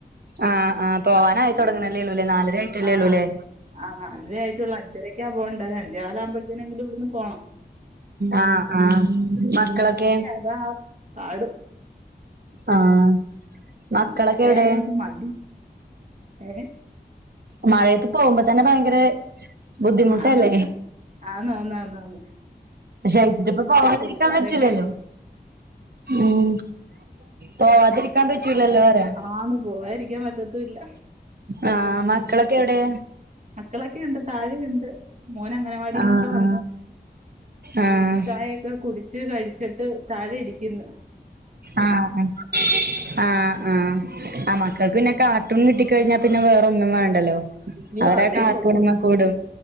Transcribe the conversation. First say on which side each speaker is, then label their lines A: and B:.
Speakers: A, on the right; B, on the right.
A: ആഹ് ആഹ് പോവാനായി തൊടങ്ങ്ണെല്ലേള്ളൂ
B: ഉം
A: അല്ലേ നാലര ആയിട്ടല്ലേള്ളു
B: ആ
A: അല്ലേ
B: ആ നാലരായിട്ടൊള്ളൂ അഞ്ചരക്കാ പോവണ്ടേ ഒരഞ്ചേകാല് ആവുമ്പഴത്തേനെങ്കിലും ഇവിട്ന്ന് പോണം
A: ആഹ് ആഹ് മക്കളൊക്കെ
B: അതാ <unintelligible>
A: ആഹ് മക്കളൊക്കെ
B: മഴ
A: എവിടെ
B: ആയോണ്ട് മടി ഏ
A: മഴയത്ത് പോകുമ്പോ തന്നെ ഭയങ്കര ബുദ്ധിമുട്ടല്ലേ
B: ആന്ന് ആന്ന് ആന്നാന്നാന്ന്
A: പക്ഷേ ഇപ്പൊ പോവാതിരിക്കാൻ
B: പിള്ളാരൊക്കെ
A: പറ്റില്ലല്ലോ ഉം പോവാതിരിക്കാൻ പറ്റൂലല്ലോ പറയാ
B: ആന്ന് പോകാതിരിക്കാൻ പറ്റത്തുല്ല
A: ആഹ് മക്കളൊക്കെ എവിടെ
B: മക്കളൊക്കെ ഐണ്ട് താഴെ ഇണ്ട് മോൻ അങ്ങനവാടിന്നൊക്കെ
A: ആഹ്
B: വന്ന്
A: ആഹ്
B: ചായ ഒക്കെ കുടിച്ച് കഴിച്ചിട്ട് താഴെ ഇരിക്കുന്നു
A: ആഹ് ആഹ് ആഹ് ആഹ്
B: ഉം
A: ആന്നാ കാക്ക് പിന്നെ കാർട്ടൂൺ കിട്ടിക്കഴിഞ്ഞാൽ പിന്നെ വേറൊന്നും വേണ്ടല്ലോ
B: അയ്യോ
A: അവരാ
B: അതെ
A: കാർട്ടൂൺ അങ്ങ് കൂടും